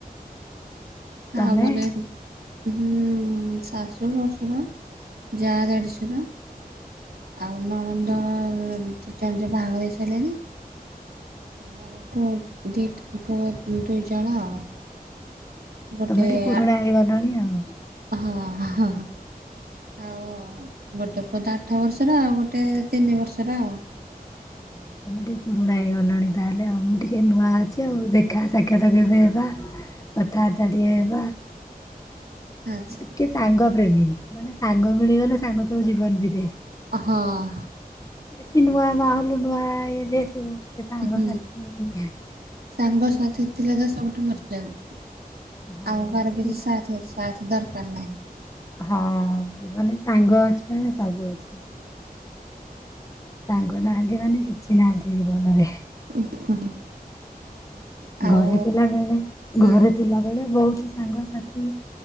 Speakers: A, on the left; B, on the right.
A: ତମେ
B: ଆଉ ଭଲ! ହ ଶାଶୁ ଶଶୁର, ଯା, ଦେଦୁଶର ଆଉ ନଣନ୍ଦ ଏମିତି ବାହାଘର ହେଇସାରିଲେଣିି। ଆ ମୋର ଡଟ୍ ବଥ ଦୁ ଜଣା ଆଉ ଗୋଟେ
A: ତମେ ଟିକେ ପୁରୁଣା
B: ଆ
A: ହେଇଗାରଲାଣି ଆଉ।
B: ହଁ ହଁ ଆଉ ଗୋଟେ ପୁଅତ ଆଠ ବର୍ଷର ଆଉ ଗୋଟେ ତିନି ବର୍ଷର ଆଉ।
A: ହଁ ତମେ ଟିକେ ପୁରୁଣା ହେଇଗଲାଣି ତାହେଲେ ଆଉ ମୁଁ ଟିକେ ନୂଆ ଅଛି ଆଉ ଦେଖା ସାକ୍ଷାତ କେବେ ହେବା। ଏବେ ହେବା। କଥା ବାର୍ତ୍ତା ଟିକେ ହେବା।
B: ଆଚ୍ଛା
A: ଟିକେ ସାଙ୍ଗ ପ୍ରେମୀୀ ମାନେ ସାଙ୍ଗ ମିଳଗଲେ ସାଙ୍ଗ ଠୁ ଜୀବନ ବି
B: ହଁ!
A: କି ନୂଆ ବାହା ହେଲୁ ନୂଆ ଇଏ ଯେହେତୁ ସେ ସାଙ୍ଗ
B: ହୁଁ
A: ସାଥି ଟିକେ
B: ସାଙ୍ଗସାଥି
A: ଏଇଆ ଆଉ।
B: ଥିଲେ ତ ସବୁଠୁ ଆଉ
A: ହଁ
B: କାହାର
A: ଏଟା
B: କିଛି ସାଥ ସାଥ ଦରକାର ନାହିଁ।
A: ହଁ ଜୀବନରେ ସାଙ୍ଗ ଅଛି ମାନେ ସବୁ ଅଛି। ସାଙ୍ଗ ନାହାନ୍ତି ମାନେ କିଛି ନାହାନ୍ତି ଜୀବନରେ।
B: <unintelligible> ଆଉ
A: ଘରେ ଥିଲା ବେଳେ
B: ହୁଁ
A: ଘରେ ଥିଲାବେଳେ ବହୁତ ସାଙ୍ଗସାଥି